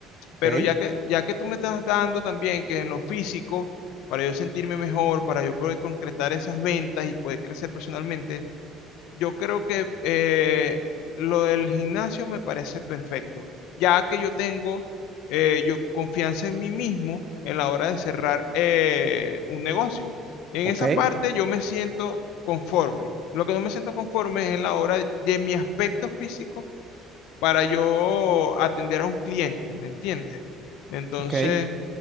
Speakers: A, on the right (about 25°); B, on the left (about 75°).
A: ok,
B: Pero ya que, ya que tú me estás dando también que en lo físico, para yo sentirme mejor, para yo poder concretar esas ventas y poder crecer personalmente, yo creo que eh, lo del gimnasio me parece perfecto, ya que yo tengo eh, yo confianza en mí mismo en la hora de cerrar eh, un negocio. En
A: ok,
B: esa parte yo me siento conforme. Lo que no me siento conforme es en la hora de mi aspecto físico para yo atender a un cliente, ¿me entiendes? Entonces,
A: ok.